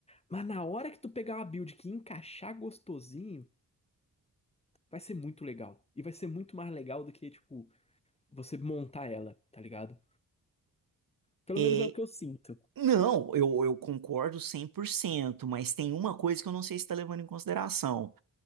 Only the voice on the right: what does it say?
É,
não, eu, eu concordo 100%, mas tem uma coisa que eu não sei se está levando em consideração.